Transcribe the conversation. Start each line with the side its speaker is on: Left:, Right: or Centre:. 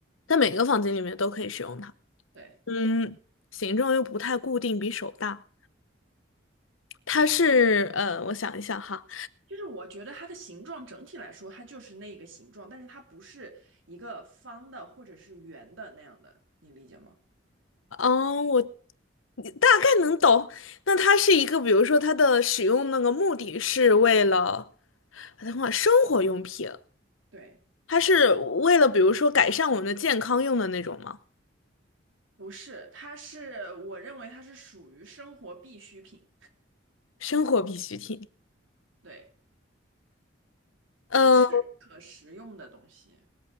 Left: 在每个房间里面都可以使用它。
Right: 对，
Left: 嗯，形状又不太固定，比手大。它是呃，我想一想哈。
Right: 就是我觉得它的形状整体来说，它就是那个形状，但是它不是一个方的或者是圆的那样的，你理解吗？
Left: 嗯，我大概能懂。那它是一个，比如说它的使用那个目的是为了，等会儿生活用品，
Right: 对。
Left: 它是为了比如说改善我们的健康用的那种吗？
Right: 不是，它是我认为它是属于生活必需品，
Left: 生活必需品，
Right: 对，
Left: 嗯，
Right: 不是可食用的东西。